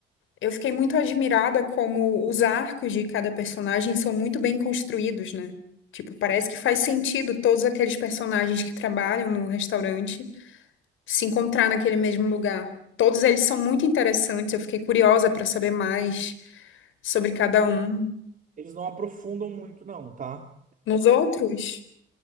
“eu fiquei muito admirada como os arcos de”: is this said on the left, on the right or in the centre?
Left